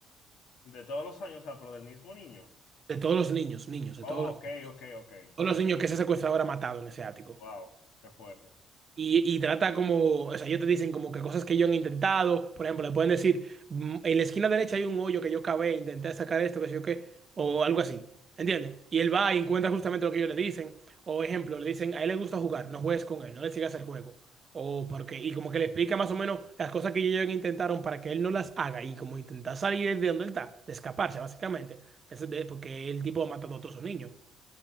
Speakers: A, on the left; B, on the right.
A: De todos los años, o sea, pero del mismo niño.
B: De todos los niños, niños, de
A: Oh,
B: todos los,
A: ok, ok, ok.
B: todos los niños que ese secuestrador ha matado en ese ático.
A: Wow, qué fuerte.
B: Y, y trata como, o sea, ellos te dicen como que cosas que ellos han intentado, por ejemplo, le pueden decir, "Mm, en la esquina derecha hay un hoyo que yo cavé, intenté sacar esto, que sé yo qué, o algo así, ¿entiendes? Y él va y encuentra justamente lo que ellos le dicen, o ejemplo, le dicen, a él le gusta jugar, no juegues con él, no le sigas el juego, o porque, y como que le explica más o menos las cosas que ellos intentaron para que él no las haga, y como intentar salir de donde él está, de escaparse, básicamente, Eso es de- porque el tipo ha matado a todos sus niños.